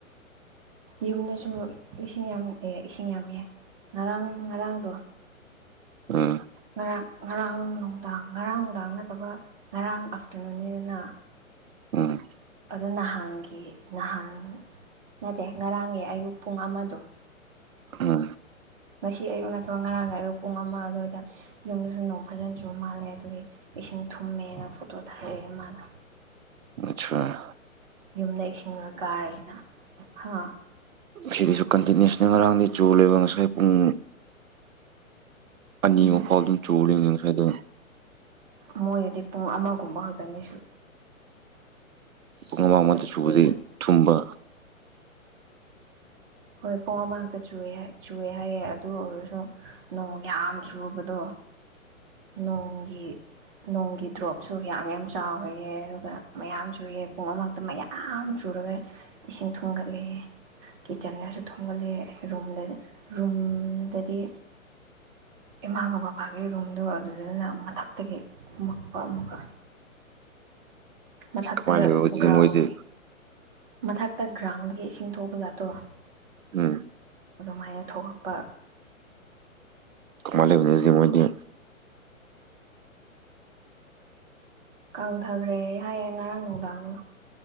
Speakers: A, on the right; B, on the right.
A: ꯌꯨꯝꯗꯁꯨ ꯏꯁꯤꯡ ꯌꯥꯝ ꯏꯁꯤꯡ ꯌꯥꯝꯃꯛꯑꯦ ꯉꯔꯥꯡ ꯉꯔꯥꯡꯗꯣ
B: ꯎꯝ
A: ꯉꯔꯥꯡ ꯉꯔꯥꯡ ꯅꯨꯡꯗꯥꯡ ꯉꯔꯥꯡ ꯅꯨꯡꯗꯥꯡ ꯅꯠꯇꯕ ꯉꯔꯥꯡ ꯑꯥꯐꯇꯔꯅꯨꯟꯅꯤꯗꯅ
B: ꯑ <inaudible>
A: ꯑꯗꯨ ꯅꯍꯥꯟꯒꯤ ꯅꯍꯥꯟ ꯅꯠꯇꯦ ꯉꯔꯥꯡꯒꯤ ꯑꯌꯨꯛ ꯄꯨꯡ ꯑꯃꯗꯣ
B: ꯑ
A: ꯉꯁꯤ ꯑꯌꯨꯛ ꯅꯠꯇ꯭ꯔ ꯉꯔꯥꯡꯒꯤ ꯑꯌꯨꯛ ꯄꯨꯡ ꯑꯃ ꯑꯗꯨꯋꯥꯏꯗ ꯌꯨꯝꯗꯁꯨ ꯅꯣꯡ ꯐꯖꯅꯁꯨ ꯃꯥꯜꯂꯦ ꯑꯗꯨꯒꯤ ꯏꯁꯤꯡ ꯊꯨꯝꯃꯦꯅ ꯐꯣꯇꯣ ꯊꯥꯔꯛꯑꯦ ꯏꯃꯥꯗ
B: ꯑꯆꯥꯥ
A: ꯌꯨꯝꯗ ꯏꯁꯤꯡ ꯂꯣꯏ ꯀꯥꯔꯛꯦꯅ ꯍꯥꯥ
B: ꯁꯤꯔꯤꯁꯨ ꯀꯟꯇꯤꯅ꯭ꯁꯅꯦ ꯃꯔꯔꯥꯡꯗꯤ ꯆꯣꯂ ꯂꯩꯕ ꯉꯁꯥꯏ ꯄꯨꯡ ꯑꯅꯤ
A: ꯎꯝ
B: ꯑꯃꯛ ꯐꯥꯎ ꯑꯗꯨꯝ ꯆꯨꯦꯁꯥꯏꯗ
A: ꯃꯣꯏꯗꯗꯤ ꯄꯨꯡ ꯑꯃꯒꯨꯝꯕ ꯈꯛꯇꯅꯤꯁꯨ
B: ꯄꯨꯡ ꯑꯃꯃꯥꯡ ꯑꯃꯇ
A: ꯆꯨꯑꯦ
B: ꯁꯨꯕꯗꯤ ꯊꯨꯝꯕ
A: ꯍꯣꯏ ꯄꯨꯡ ꯑꯃꯈꯛꯇ ꯆꯨꯏꯦ ꯆꯨꯑꯦ ꯍꯥꯏꯌꯦꯦ ꯑꯗꯨ ꯑꯣꯏꯔꯁꯨ ꯅꯣꯡ ꯌꯥꯝ ꯆꯨꯕꯗꯣ
B: <unintelligible>
A: ꯅꯣꯡꯒꯤ ꯅꯣꯡꯒꯤ ꯗ꯭ꯔꯣꯞꯁꯨ ꯌꯥꯝ ꯌꯥꯝ ꯆꯥꯎꯔꯦꯑ ꯑꯗꯨꯒ ꯃꯌꯥꯝꯁꯨꯨꯏ ꯄꯨꯡ ꯑꯃꯛꯇ ꯃꯌꯥꯝ ꯆꯨꯔꯦ ꯑꯗꯨꯒ ꯏꯁꯤꯡ ꯊꯨꯡꯒꯠꯂꯦ
B: <unintelligible>
A: ꯀꯤꯠꯆꯟ ꯃꯌꯥꯝꯁꯨ ꯊꯣꯝꯒꯠꯂ ꯔꯨꯝꯗ ꯔꯨꯝꯗꯗꯤ ꯏꯃꯥꯒ ꯕꯕꯥꯒꯤ ꯔꯨꯝꯗꯣ ꯑꯗꯨꯗꯨꯅ ꯃꯊꯛꯇꯒꯤ ꯀꯨꯝꯃꯛꯄ ꯑꯃꯨꯛꯀ ꯃꯊꯛꯇ
B: ꯀꯃꯥꯏꯅ ꯂꯩꯕ ꯑꯗꯨꯗꯤ
A: ꯒ꯭ꯔꯥꯎꯟ
B: ꯃꯣꯏꯗꯤ
A: ꯃꯊꯛꯇ ꯒ꯭ꯔꯥꯎꯟꯗꯒꯤ ꯏꯁꯤꯡ ꯊꯣꯛꯄ ꯖꯥꯠꯇꯣ
B: ꯎꯝ
A: ꯑꯗꯨꯃꯥꯏꯅ ꯊꯣꯛꯂꯛ ꯄ
B: ꯀ ꯃꯥꯁꯤꯗꯤ
A: ꯀꯪꯊꯈ꯭ꯔꯦ ꯍꯥꯏꯌꯦꯦ ꯉꯔꯥꯡ ꯅꯨꯡꯗꯥꯡꯅꯣ